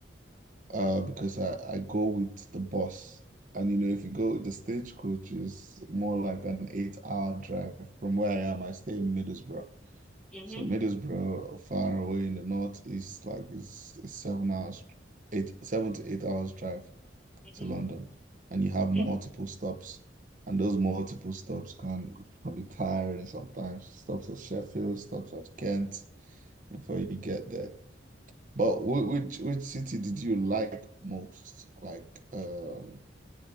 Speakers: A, on the right; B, in the centre.
A: uh because I I go with the bus, and you know if you go with the stagecoach is more like an eight hour drive from where I am. I stay in Middlesbrough,
B: hmm
A: so Middlesbrough far away in the northeast, like is a seven hours, eight seven to eight hours drive.
B: hmm
A: to London and you have
B: hmm
A: multiple stops and those multiple stops can can be tiring sometimes. Stops at Sheffield, stops at Kent before you get there. But which which city did you like most? Like um